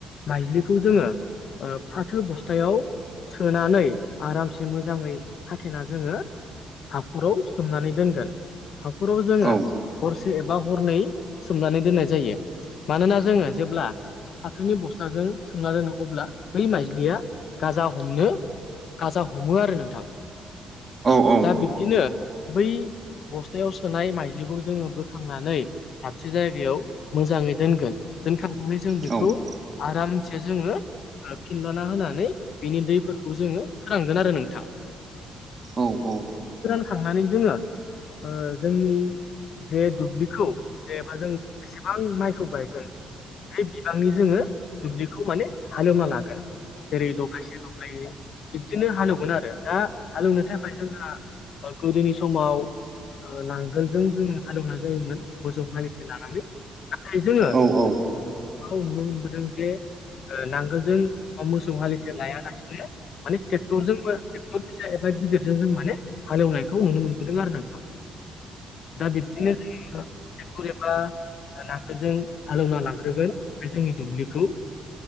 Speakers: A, on the left; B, on the right.
A: माइज्लिखौ जोङो फाथो बस्थायाव सोनानै आरामसे मोजाङै खाथेना जोङो हाखराव सोमनानै दोनगोन हाखराव जोङो
B: औ
A: हरसे एबा हरनै सोमनानै दोननाय जायो मानोना जोङो जेब्ला हाथोनि बस्थाजों सोमना दोनो अब्ला बै माइज्लिया गाजा हमनो गाजा हमो आरो नोंथां
B: औ औ
A: दा बिब्दिनो बै बस्थायाव सोनाय माइलिखौ जोङो बोखांनानै दाबसे जायगायाव मोजाङै दोनगोन दोनखांनानै जों बेखौ
B: औ
A: आरामसे जोङो फिनलना होनानै बिनि दैफोरखौ जोङो फोरानगोन आरो नोंथां
B: औ-औ
A: थांनानै जोङो ओ जोंनि जे दुब्लिखौ जे बा जों बेसेबां माइखौ गायगोन बे बिबांनि जोङो दुब्लिखौ माने हाले एवना लागोन जेरै दब्लायसे दब्लायनै बिब्दिनो हाले एवगोन आरो दा हाले एवनो थाखाय जोंहा ओ गोदोनि समाव नांगोलजों जोङो हालेवनाय जायोमोन मोसौ हालिखौ लानानै नाथाय जोङो
B: औ-औ
A: औ नुनो मोनबोदों जे नांगोलजों मोसौ हालिसे लायालासिनो माने ट्रेक्टरजों ट्रेक्टर फिसा एबा गिदिरजों जों माने हाले एवनायखौ नुनो मोनबोदों आरो नोंथां दा बिब्दिनो जोङो ट्रेक्टर एबा नांगोलजों हालेवना लांग्रोगोन बे जोंनि दुब्लिखौ